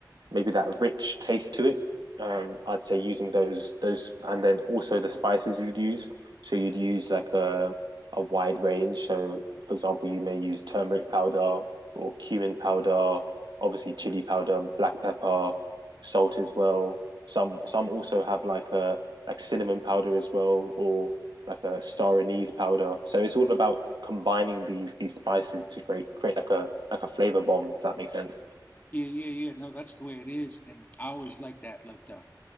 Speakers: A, on the right; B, on the left.
A: maybe that rich taste to it. Um, I'd say using those those and then also the spices you'd use. So you'd use like a a wide range. So for example, you may use turmeric powder or cumin powder, obviously chili powder, black pepper, salt as well. Some some also have like a like cinnamon powder as well, or like a star anise powder. So it's all about combining these these spices to create create like a like a flavor bomb, if that makes sense.
B: Yeah, yeah, yeah. No, that's the way it is, and I always like that, like the